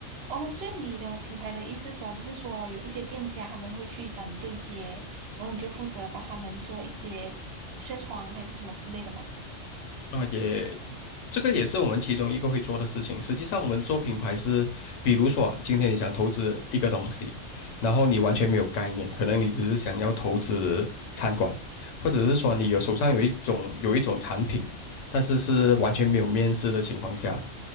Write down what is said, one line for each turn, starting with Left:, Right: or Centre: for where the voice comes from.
Right: 哦，所以你的品牌的意思主要就是说，有一些店家他们会去找你对接，然后你就负责帮他们做一些宣传还是什么之类的嘛？
Left: 啊也。这个也是我们其中一个会做的事情。实际上，我们做品牌是，比如说啊今天你想投资一个东西，然后你完全没有概念，可能你只是想要投资餐馆，或者是说你有手上有一种有一种产品，但是是完全没有面试的情况下，